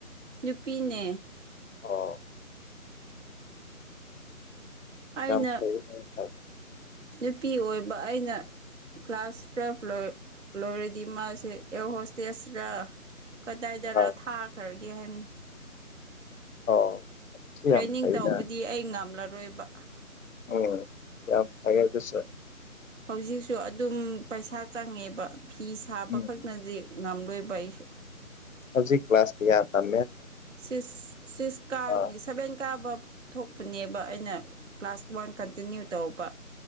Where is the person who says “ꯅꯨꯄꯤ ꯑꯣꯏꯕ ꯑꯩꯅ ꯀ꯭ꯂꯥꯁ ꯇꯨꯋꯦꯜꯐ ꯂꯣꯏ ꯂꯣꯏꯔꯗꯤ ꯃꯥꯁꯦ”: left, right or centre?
Right